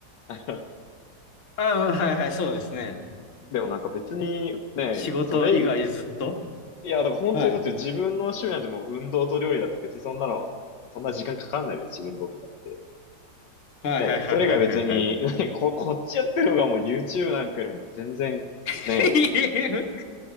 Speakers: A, on the left; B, on the left.
A: な。あの
B: あ、はいはい、そうですね。
A: でもなんか別にね、
B: 仕事以外ずっと
A: それ、いや、だから本当にだって自分の趣味なんてもう運動と料理だって別にそんなの、
B: はい
A: そんな時間かかんないですし、運動とかって。
B: はいはいはいはいはいはい。
A: ね、それが別に、<laughs> ね、こ、こっちやってる方がもう YouTube なんかよりも全然、
B: <laughs>
A: ね、